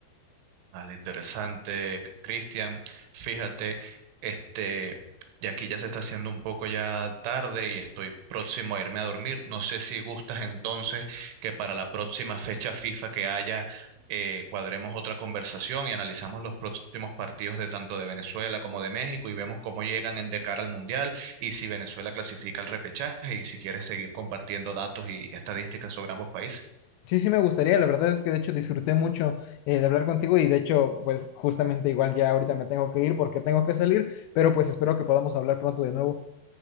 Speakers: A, on the right; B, on the left.
A: Vale, interesante, C- Cristian. Fíjate, este, y aquí ya se está haciendo un poco ya tarde y estoy próximo a irme a dormir. No sé si gustas entonces que para la próxima fecha FIFA que haya, eh, cuadremos otra conversación y analizamos los próximos partidos de tanto de Venezuela como de México y vemos cómo llegan en de cara al Mundial y si Venezuela clasifica al repechaje y si quieres seguir compartiendo datos y estadísticas sobre ambos países.
B: Sí, sí me gustaría, la verdad es que de hecho disfruté mucho eh, de hablar contigo y de hecho pues justamente igual ya ahorita me tengo que ir porque tengo que salir, pero pues espero que podamos hablar pronto de nuevo.